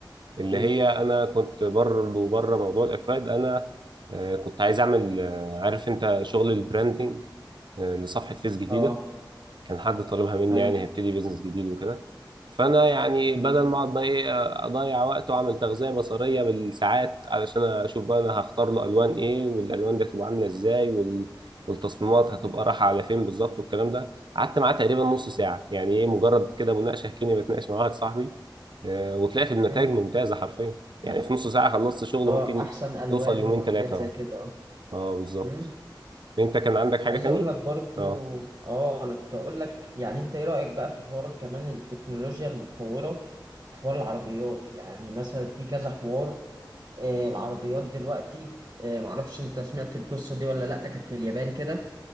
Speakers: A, on the right; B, on the right.
A: اللي
B: ايه
A: هي انا كنت برضه بره موضوع الاكواد انا آه، كنت عايز اعمل آه، عارف انت شغل البراندنج آه، لصفحه فيس جديده
B: اه
A: كان حد طالبها مني
B: ايوه
A: يعني هيبتدي بيزنس جديد وكده فانا يعني
B: مم.
A: بدل ما اقعد بقى ايه آه، اضيع وقت واعمل تغذيه بصريه بالساعات علشان اشوف بقى انا هختار له الوان ايه والالوان دي هتبقى عامله ازاي وال... والتصميمات هتبقى رايحه على فين بالظبط والكلام ده قعدت معاه تقريبا نص ساعه يعني ايه مجرد كده مناقشه كاني بتناقش مع واحد صاحبي آه، وطلعت بنتائج
B: مم.
A: ممتازه حرفيا يعني في نص ساعه خلصت شغل
B: اللي
A: ممكن
B: هو احسن الوان
A: يوصل يومين
B: وحاجات
A: ثلاثه اه
B: زي كده
A: اه بالظبط
B: اه
A: انت كان عندك حاجه
B: عايز
A: تاني
B: اقول لك برضو
A: اه
B: اه انا كنت اقول لك يعني انت ايه رأيك بقى في حوار كمان التكنولوجيا المتطورة في حوار العربيات يعني مثلا في كذا حوار آه العربيات دلوقتي آه معرفش انت سمعت القصة دي ولا لا كانت في اليابان كده